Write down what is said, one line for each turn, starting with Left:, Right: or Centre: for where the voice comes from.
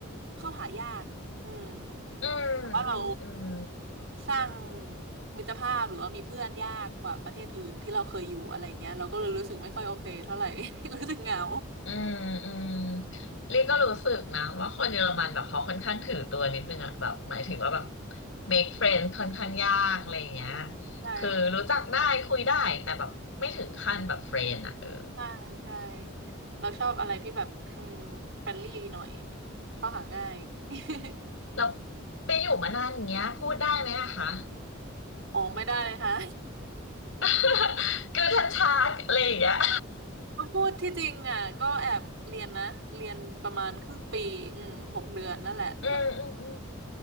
Right: เข้าหายากอืม
Left: อืมอืมอืม
Right: เพราะเราสร้างมิตรภาพหรือว่ามีเพื่อนยากกว่าประเทศอื่นที่เราเคยอยู่อะไรเงี้ยเราก็เลยรู้สึกไม่ค่อยโอเคเท่าไหร่ <laughs> รู้สึกเหงา
Left: อืมอืมเรียกก็รู้สึกนะว่าคนเยอรมันแบบเขาค่อนข้างถือตัวนิดนึงอะแบบหมายถึงว่าแบบ make friend ค่อนข้างยากอะไรอย่างเงี้ย
Right: ใช่
Left: คือรู้จักได้คุยได้แต่แบบไม่ถึงขั้นแบบเ r รน n ์อะเออ
Right: ใช่ใช่เราชอบอะไรที่แบบอืมเฟรนลี่หน่อยเข้าหาง่าย <laughs>
Left: เราไปอยู่มานานอย่างเงี้ยพูดได้ไหมอะคะ
Right: อ๋อไม่ได้เลยค่ะ
Left: <laughs> คือทันชาร์กอะไรอย่างเงี้ย
Right: <laughs> ก็พูดที่จริงอ่ะก็แอบเรียนนะเรียนประมาณครึ่งปีอืมหกเดือนนั่นแหละแล้ว
Left: <laughs> อืมอืมอืม